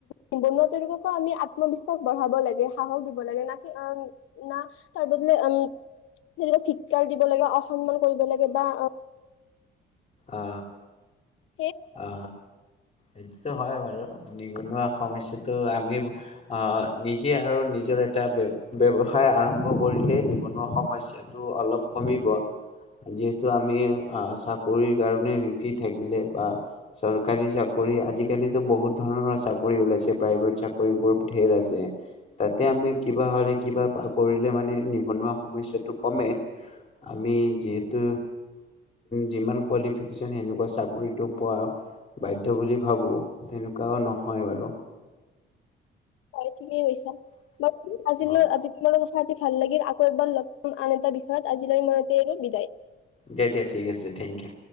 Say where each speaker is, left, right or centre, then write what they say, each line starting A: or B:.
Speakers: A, on the left (about 80°); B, on the left (about 30°).
A: নিবনুৱা তেওঁলোকক আমি আত্মবিশ্বাস বঢ়াব লাগে সাহস দিব লাগে ন কি, অ না তাৰ বদলে উম তেওঁলোকক ধিক্কাৰ দিব লাগে সম্মান কৰিব লাগে বা অ
B: অ
A: সেই <unintelligible>
B: অ এইটোতো হয় বাৰু নিবনুৱা সমস্যয়াটো আমি আহ নিজে আৰু নিজৰ এটা ব ব্যৱসায় আৰম্ভ কৰিলে নিবনুৱা সমস্যাটো অলপ কমিব যিহেতু আমি আহ চাকৰিৰ কাৰণে ৰিফি থাকিলে বা চৰকাৰী চাকৰি আজিকালি ত বহুত ধৰণৰ চাকৰি ওলাইছে প্ৰাইভেট চাকৰিবোৰ ধেৰ আছে তাতে আমি কিবা হলে কিবা কৰিলে মানে নিবনুৱা সমস্যয়াটো কমে, আমি যিহেতু যিমান কুৱালিফিকেচন চাকৰিটো পোৱা বাধ্য বুলি ভাবো তেনেকুৱাও নহয় বাৰু।
A: হয় ঠিকেই কৈছা ব আজিলৈ
B: অ'।
A: আজি তোমা পাতি ভাল লাগিল আকৌ এবাৰ আন এটা বিষয়ত আজিলৈ ইমানতে বিদায়।
B: দে দিয়া ঠিক আছে থেংক ইউ।